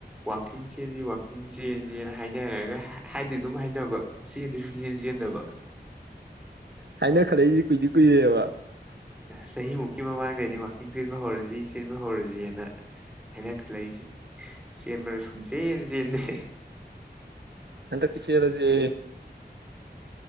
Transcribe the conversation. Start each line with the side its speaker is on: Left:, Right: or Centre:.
Centre: ꯋꯥꯛꯀꯤꯡ ꯆꯦꯟꯁꯤ ꯋꯥꯛꯀꯤꯡ ꯆꯦꯟꯁꯤꯅ ꯍꯥꯏꯅꯔꯒ ꯍꯥꯏꯗꯤ ꯑꯗꯨꯝ ꯍꯥꯏꯅꯕ ꯆꯦꯟꯗꯤ ꯁꯨꯛ ꯆꯦꯟ ꯆꯦꯟꯗꯕ
Right: ꯍꯥꯏꯅꯈꯠꯂꯛꯏꯁꯤ ꯀꯨꯏꯗꯤ <unintelligible>
Centre: ꯆꯍꯤ ꯃꯨꯀꯤ ꯃꯃꯥꯡꯗꯩ ꯋꯥꯀꯤꯡ ꯆꯦꯟꯕ ꯍꯧꯔꯁꯤ ꯆꯦꯟꯕ ꯍꯧꯔꯁꯤꯅ ꯍꯥꯏꯅ ꯈꯜꯂꯛꯏꯁꯦ ꯆꯦꯟꯕꯔ ꯁꯨꯡ ꯆꯦꯟ ꯆꯦꯟꯗꯦ
Right: ꯍꯟꯗꯛꯇꯤ ꯆꯦꯟꯂꯁꯤꯍꯦ